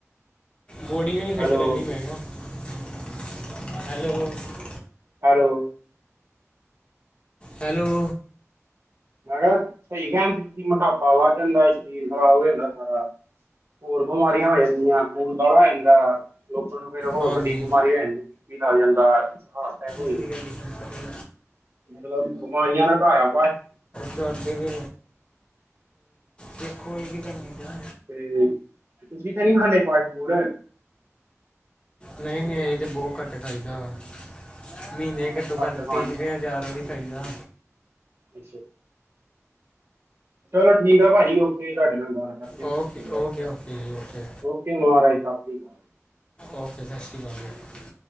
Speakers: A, on the left; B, on the right.
A: ਬੋਡੀ ਵੀ ਨਹੀਂ ਫਿੱਟ
B: ਹੈਲੋ
A: ਰਹਿੰਦੀ ਮੈਂ ਕਿਹਾ <unintelligible> ਹੈਲੋ। <unintelligible>
B: ਹੈਲੋ।
A: ਹੈਲੋ।
B: ਮੈਂ ਕਿਹਾ ਸਹੀ ਕਹਿਣ ਮੋਟਾਪਾ ਵੱਧ ਜਾਂਦਾ ਸਰੀਰ ਖਰਾਬ ਹੋ ਜਾਂਦਾ ਸਾਰਾ। ਹੋਰ ਬਿਮਾਰੀਆਂ ਹੋ ਜਾਂਦੀਆਂ ਖੂਨ ਗਾੜਾ ਹੋ ਜਾਂਦਾ। ਲੋਕਾਂ ਨੂੰ ਫੇਰ ਹੋਰ
A: ਹਾਂਜੀ
B: ਵੱਡੀ ਬਿਮਾਰੀ ਹੋ ਜਾਂਦੀ ਕਿ ਕੀ ਲੱਗ ਜਾਂਦਾ ਹਾਰਟਅਟੈਕ ਹੋਈ।
A: ਮੇਰੀ ਗੱਡੀ ਕੰਪਨੀ
B: ਮਤਲਬ ਬਿਮਾਰੀਆਂ ਦਾ ਘਰ ਆ ਵ
A: ਸਾਡੇ ਵੀ ਦੇਖੋ ਇਹ ਵੀ ਕਰਨੀ ਬਣਾ
B: ਤੇ ਤੁਸੀਂ ਤਾਂ ਨਹੀ ਹਲੇ <unintelligible>
A: ਨਹੀਂ ਨਹੀਂ ਅਸੀਂ ਤਾਂ ਬਹੁਤ ਘੱਟ ਖਾਹੀਦਾ ਵਾ
B: ਹਾਂ
A: ਮਹੀਨੇ ਘੱਟੋ, ਘੱਟ
B: ਖਾਣ
A: ਤਿੰਨ ਕੁ ਜਾਂ ਚਾਰ ਵਾਰੀ ਖਾਈ ਦਾ।
B: ਅ ਚਲੋ ਠੀਕ ਆ ਭਾਜੀ ਓਕੇ ਤੁਹਾਡੇ ਨਾਲ ਗ
A: ਓਕੇ ਓਕੇ ਓਕੇ ਜੀ ਓਕੇ
B: ਓਕੇ ਮਹਾਰਾਜ ਸਤਿ ਸ੍ਰੀ ਅਕਾਲ।
A: ਓਕੇ ਸਤਿ ਸ਼੍ਰੀ ਅਕਾਲ ਜੀ।